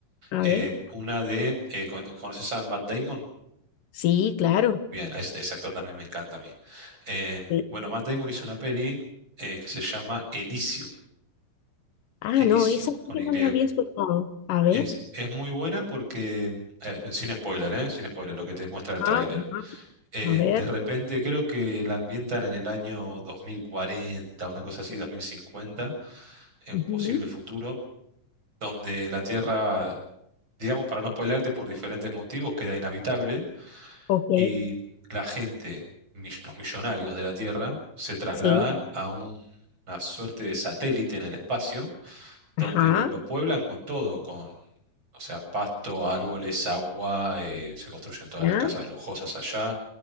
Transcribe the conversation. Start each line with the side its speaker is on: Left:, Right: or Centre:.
Left: a
Right: Eh,
Left: ver.
Right: una de, eh, ¿cono- ¿conoces a Matt Damon?
Left: Sí, claro.
Right: Bien, a este- ese actor también me encanta a mí. Eh,
Left: sí.
Right: bueno, Matt Damon hizo una peli eh, que se llama Elysium,
Left: Ah,
Right: Elysium
Left: no, esa sí
Right: con
Left: que
Right: Y.
Left: no la había escuchado. A ver,
Right: Es, es muy buena porque, eh, no, sin spoiler, ¿eh? Sin spoiler, lo que te muestra el tráiler.
Left: ah, ajá,
Right: Eh,
Left: a ver.
Right: de repente creo que la ambientan en el año 2040, una cosa así, 2050, en
Left: ujú,
Right: un posible futuro, donde la Tierra, digamos, para no spoilarte por diferentes motivos, queda inhabitable
Left: Ok,
Right: y la gente, mi- los millonarios de la Tierra, se trasladan
Left: sí,
Right: a un- una suerte de satélite en el espacio,
Left: ajá,
Right: donde lo, lo pueblan con todo, o sea, pasto, árboles, agua, eh, se construyen todas
Left: ya.
Right: las casas lujosas allá